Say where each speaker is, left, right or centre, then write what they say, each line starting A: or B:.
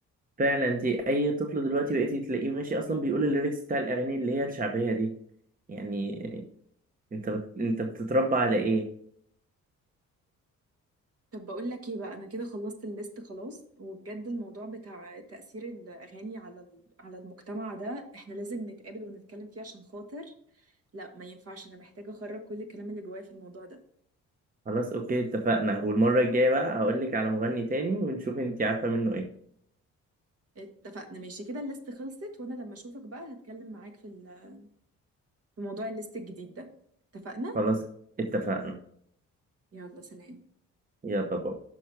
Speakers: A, on the right; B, on the right.
A: فعلا انت اي طفل دلوقتي بقيتي تلاقيه ماشي اصلا بيقول الليركس بتاع الاغاني اللي هي الشعبيه دي يعني انت بت... انت بتتربى على ايه
B: طب بقول لك ايه بقى انا كده خلصت الليست خلاص وبجد الموضوع بتاع تأثير الاغاني على ال- على المجتمع ده احنا لازم نتقابل ونتكلم فيه عشان خاطر لا ما ينفعش انا محتاجة اخرج كل الكلام اللي جوايا في الموضوع ده
A: خلاص اوكي اتفقنا والمره الجايه بقى هقول لك على مغني تاني ونشوف انت عارفه منه ايه
B: اتفقنا ماشي كده الليست خلصت وانا لما اشوفك بقى هتكلم معاك في ال- في موضوع الليست الجديد ده اتفقنا
A: خلاص اتفقنا
B: يلا سلام
A: يلا باي